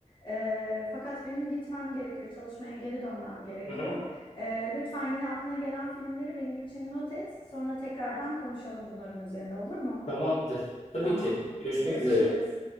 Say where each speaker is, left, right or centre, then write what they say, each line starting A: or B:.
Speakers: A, on the left; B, on the left.
A: E, fakat benim gitmem gerekiyor, çalışmaya geri dönmem gerekiyor.
B: Hı hı.
A: E, lütfen yine aklına gelen filmleri benim için not et. Sonra tekrardan konuşalım bunların üzerine olur mu?
B: Tamamdır. Tabii
A: Tamam.
B: ki. Görüşmek
A: Görüşürüz.
B: üzere.